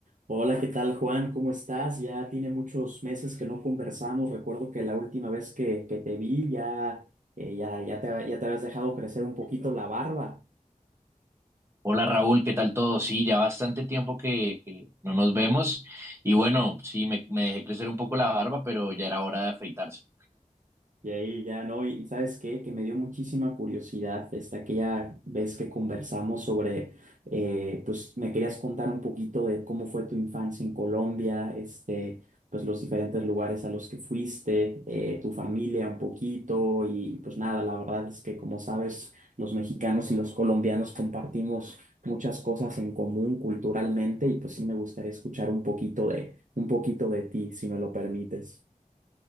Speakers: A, on the right; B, on the right.
A: Hola, ¿qué tal, Juan? ¿Cómo estás? Ya tiene muchos meses que no conversamos. Recuerdo que la última vez que, que te vi ya, eh, ya, ya te, ya te habías dejado crecer un poquito la barba.
B: Hola Raúl, ¿qué tal todo? Sí, ya bastante tiempo que, que no nos vemos y bueno, sí, me, me dejé crecer un poco la barba, pero ya era hora de afeitarse.
A: Y ahí ya no, y ¿sabes qué? Que me dio muchísima curiosidad esta aquella vez que conversamos sobre, eh, pues me querías contar un poquito de cómo fue tu infancia en Colombia, este, pues los diferentes lugares a los que fuiste, eh, tu familia un poquito y pues nada, la verdad es que como sabes, los mexicanos y los colombianos compartimos muchas cosas en común culturalmente y pues sí me gustaría escuchar un poquito de, un poquito de ti, si me lo permites.